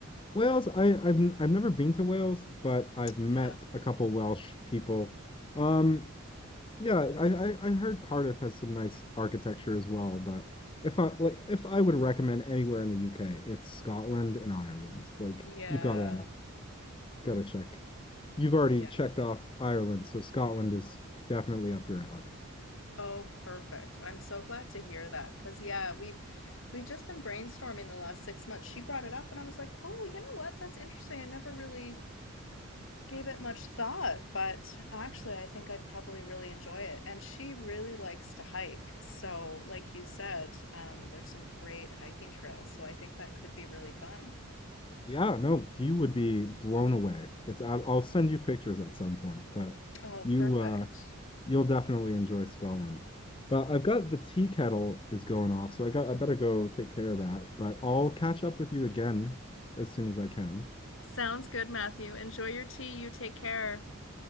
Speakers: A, on the left (about 25°); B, on the left (about 65°).
A: Wales, I, I've I've never been to Wales, but I've met
B: Yeah.
A: a couple Welsh people. Um, yeah, I, I I heard Cardiff has some nice architecture as well, but if I like if I would recommend anywhere in the UK, it's Scotland and Ireland. Like
B: Yeah,
A: you've gotta Yeah. gotta check. You've already
B: yeah.
A: checked off Ireland, so Scotland is definitely up your alley.
B: Oh, perfect. I'm so glad to hear that because yeah, we've we've just been brainstorming the last six months. She brought it up and I was like, "Oh, you know what? That's interesting. I never really gave it much thought, but actually I think I'd probably really enjoy it." And she really likes to hike. So, like you said, um, there's some great hiking trails. So I think that could be really fun.
A: Yeah, no, you would be blown away. It's I, I'll send you pictures at some point, but
B: Oh,
A: you
B: perfect.
A: uh You'll definitely enjoy Scotland. But I've got the tea kettle is going off, so I got I better go take care of that. But I'll catch up with you again as soon as I can.
B: Sounds good, Matthew. Enjoy your tea. You take care.